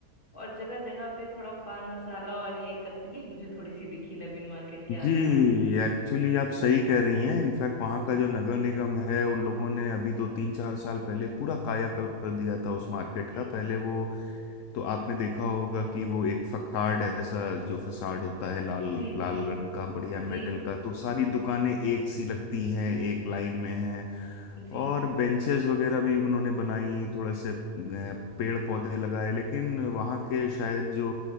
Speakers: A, on the left; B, on the left.
A: और जगह जगह पे थोड़ा पान मसाला और ये गंदगी मुझे थोड़ी सी दिखी नवीन मार्केट के
B: जी
A: आसपास
B: एक्चुअली आप सही कह रही हैं इनफैक्ट वहाँ का जो नगर निगम है उन लोगों ने अभी दो तीन चार साल पहले पूरा कायाकल्प कर दिया था उस मार्केट
A: जी
B: का पहले वो तो आपने देखा होगा कि वो एक फसाड है, ऐसा जो फसाड होता है लाल
A: जी
B: लाल
A: जी
B: रंग का बढ़िया मेटल
A: जी
B: का तो सारी दुकानें एक सी लगती हैं एक लाइन में हैं
A: जी
B: और बेंचेस वगैरह भी उन्होंने बनाई थोड़े से अ, पेड़ पौधे लगाए लेकिन वहाँ के शायद जो